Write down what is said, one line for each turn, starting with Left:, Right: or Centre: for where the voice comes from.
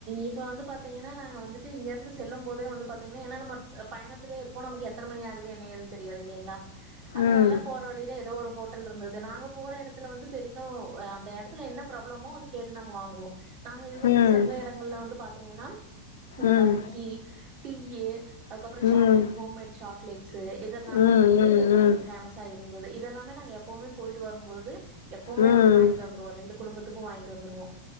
Right: இப்ப வந்து பாத்தீங்கன்னா நாங்க வந்துட்டு இங்கிருந்து செல்லும் போதே வந்து பாத்தீங்கன்னா ஏன்னா நம்ம பயணத்தே இருப்போம் நமக்கு எத்த மணி ஆகுது என்ன ஏது தெரியாது இல்லைங்களா அதனால
Left: ம்
Right: போற வழியில ஏதோ ஒரு ஹோட்டல் இருந்தது நாங்க போற இடத்துல வந்து பெருச அந்த இடத்துல என்ன ப்ராப் ப்ராவளமோ அது கேட்டு நாங்க வாங்குவோம் நாங்க இதுவரைக்கும்
Left: ம்
Right: சென்ற இடங்கள்ல வந்து பாத் பாத்தீங்கன்னா இந்த
Left: ம்
Right: வரிக்கி டீய அதுக்கப்புறம் சாக்லேட்
Left: ம் ம்
Right: ஹோம்மேட் சாக்லேட்ஸ் இதெல்லா தான்
Left: ம்
Right: வந்துட்டு கொஞ்சோ
Left: ம்
Right: ஃபேமஸா இருந்தது இதெல்லாமே நாங்க எப்பவுமே போயிட்டு வரும் பொழுது எப்பவுமே
Left: ம் ம்
Right: வந்து வாங்கிட்டு வந்துருவோம் ரெண்டு குடும்பத் குடும்பத்துக்கும் வாங்கிட்டு வந்துவோம்